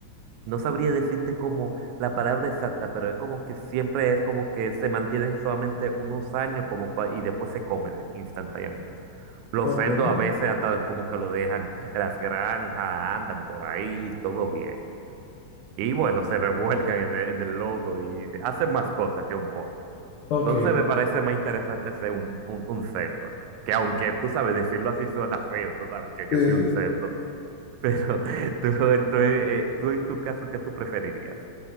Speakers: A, on the right; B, on the left.
A: No sabría decirte como la palabra exacta, pero es como que siempre es como que se mantienen solamente unos años como pa- y después se come instantáneamente. Los
B: Ok,
A: cerdos a veces hasta como que lo dejan en las granjas, andan por ahí, todo bien. Y bueno, se revuelcan en el, en el lodo y hacen más cosas que un pollo.
B: ok.
A: Entonces me parece más interesante ser un, un, un cerdo. Que aunque tú sabes, decirlo así suena feo, tú sabes que
B: Eh,
A: yo soy un cerdo, pero <laughs> tú, tú, eh, tú en tu caso, ¿qué tú preferirías?